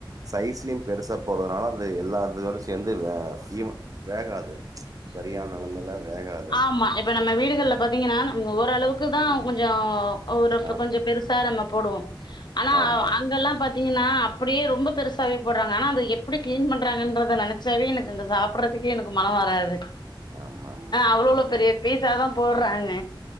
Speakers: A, on the right (about 45°); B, on the left (about 60°).
A: சைஸ்லயும் பெருசா போறதுனால அது எல்லா இதோட சேந்து ஆ <unintelligible> வேகாது சரியான நிலைமைல வேகாது.
B: ஆம்மா இப்ப நம்ம வீடுகள்ல
A: அதோட
B: பாத்தீங்கன்னா நம்ம ஓரளவுக்கு தான்
A: ம்.
B: கொஞ்ஜோம் ஒரு
A: ஆ
B: கொஞ்ஜோ பெருசா நம்ம போடுவோம் ஆனா
A: ஆமா.
B: அ அங்கல்லாம் பாத்தீங்கனா அப் அப்டியே ரொம்ப பெருசாவே போட்றாங்க ஆனா அத எப்டி கிளீன் பண்றாங்கன்றத நெனச்சா சவி எனக்கு
A: ம்.
B: இங்க சாப்புற்றதுக்கே எனக்கு மனம் வராது ஆஹ்
A: ஆமாமா.
B: அவ்ளோ அவ்ள பெரிய பீசாத்தான் போற்றாங்க